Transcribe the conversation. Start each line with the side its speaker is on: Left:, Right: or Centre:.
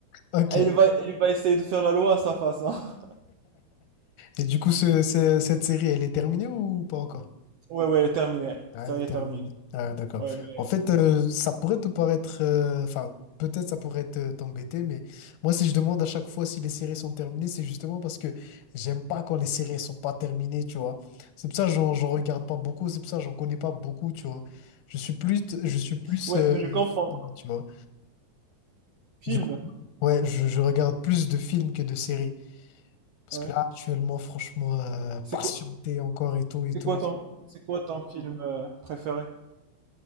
Left: Ok.
Right: Et
Left: <laughs>
Right: il va, il va essayer de faire la loi à sa façon. <laughs>
Left: Et du coup, ce- ce- cette série, elle est terminée ou pas encore?
Right: Ouais ouais, terminé.
Left: Ah,
Right: Sérieux
Left: elle est terminée.
Right: terminé.
Left: Ah, d'accord.
Right: Ouais mais,
Left: En fait, euh, ça pourrait te paraître... euh, Enfin, peut-être ça pourrait te- t'embêter, mais moi, si je demande à chaque fois si les séries sont terminées, c'est justement parce que j'aime pas quand les séries elles sont pas terminées, tu vois. C'est pour ça que j'en j'en regarde pas beaucoup, c'est pour ça que j'en connais pas beaucoup, tu vois. Je suis plus... Je suis plus...
Right: ouais
Left: euh,
Right: mais je comprends.
Left: film, tu vois.
Right: Film.
Left: Du coup, ouais, je je regarde plus de films que de séries. Parce
Right: Ouais.
Left: que là, actuellement, franchement, euh,
Right: C'est
Left: patienter
Right: quoi
Left: encore et tout et
Right: C'est
Left: tout.
Right: quoi ton, c'est quoi ton film euh, préféré?